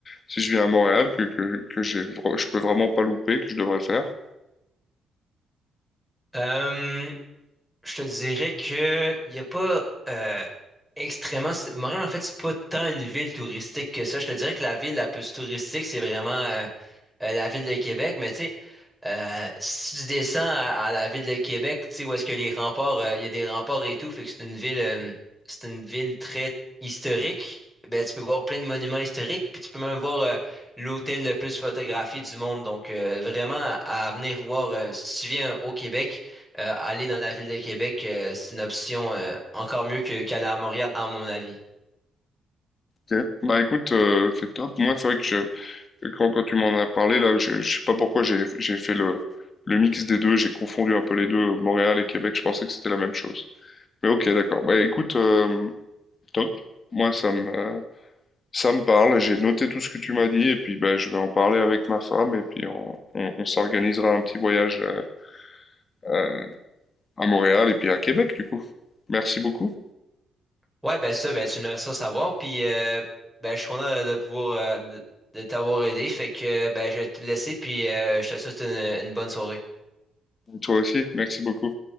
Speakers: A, on the left (about 40°); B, in the centre.
A: si je viens à Montréal, que, que, que j'ai, je peux vraiment pas louper, que je devrais faire.
B: Euh, je te dirais que il y a pas euh, extrêmement c'est- Montréal en fait c'est pas tant une ville touristique que ça. Je te dirais que la ville la plus touristique c'est vraiment euh, euh, la ville de Québec, mais tu sais Euh, si tu descends à, à la ville de Québec, tu sais, où est-ce que les remparts, euh, il y a des remparts et tout, fait que c'est une ville, euh, c'est une ville très historique. Ben, tu peux voir plein de monuments historiques, puis tu peux même voir euh, l'hôtel le plus photographié du monde. Donc, euh, vraiment, à venir voir, euh, si tu viens au Québec, euh, aller dans la ville de Québec, euh, c'est une option euh, encore mieux que, qu'aller à Montréal, à mon avis.
A: Ok. Bah écoute, euh, c'est top. Moi, c'est vrai que je- quand, quand tu m'en as parlé, là, je, je sais pas pourquoi j'ai, j'ai fait le, le mix des deux, j'ai confondu un peu les deux, Montréal et Québec, je pensais que c'était la même chose. Mais ok, d'accord. Bah écoute, euh, top. Moi, ça me, euh, Ça me parle, j'ai noté tout ce que tu m'as dit et puis bah, je vais en parler avec ma femme et puis on, on- on s'organisera un petit voyage euh, euh, à Montréal et puis à Québec du coup. Merci beaucoup.
B: Ouais, ben ça, ben tu me laisseras savoir. Puis euh, ben, je suis content de de pouvoir euh, de, de t'avoir aidé. Fait que ben je vais te laisser, puis euh, je te souhaite une une bonne soirée.
A: toi aussi, merci beaucoup.